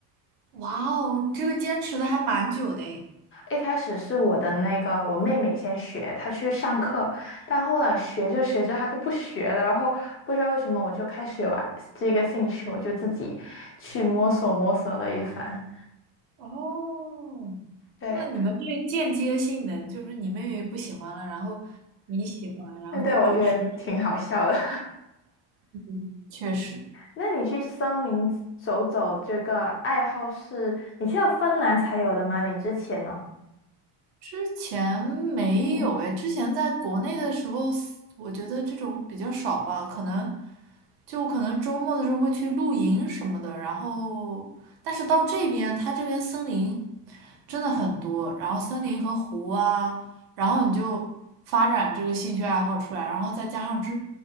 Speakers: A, on the right; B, on the left.
A: 哇哦，你这个坚持的还蛮久的诶。
B: 一开始是我的那个我妹妹先学，她去上课，但后来学着学着她就不学了，然后不知道为什么我就开始有啊这个兴趣，我就自己去摸索摸索了一番。
A: 哦，
B: 对，
A: 那你们这间接性的，就是你妹妹不喜欢了，然后你喜欢，然后你保持了这
B: 那对我觉得挺好笑的。<laughs>
A: 个，确实，
B: 那你去森林走走这个爱好是你去到芬兰才有的吗？你之前呢？
A: 之前没有哎，
B: 嗯
A: 之前在国内的时候，我觉得这种比较少吧，可能就我可能周末的时候会去露营什么的，然后，但是到这边，它这边森林真的很多，然后森林和湖啊，然后你就发展这个兴趣爱好出来，然后再加上之